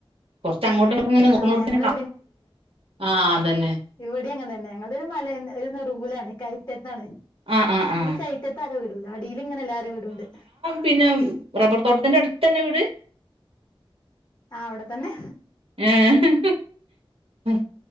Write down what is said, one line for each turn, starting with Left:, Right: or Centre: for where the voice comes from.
Right: കൊർച്ചങ്ങട്ടുഇങ്ങട്ടും
Left: ആഹ് ഞങ്ങളെ
Right: <unintelligible> ആ അതന്നെ
Left: ഇവിടിം അങ്ങനെത്തന്നെ ഞങ്ങൾതൊരു മലന്റെരു നെറൂലാണ് കയറ്റത്താണ്.
Right: ആഹ് ആഹ് ആഹ്
Left: ഈ കയറ്റത്ത് ആരവിടുല്ല അടിയിൽങ്ങനെ എല്ല രവിടുംണ്ട്.
Right: പിന്നം റബ്ബർ തോട്ടത്തിന്റെ അടുത്തെന്നെ വീട്
Left: ആ അവിടെ തന്നെ
Right: ഏഹ് ഉം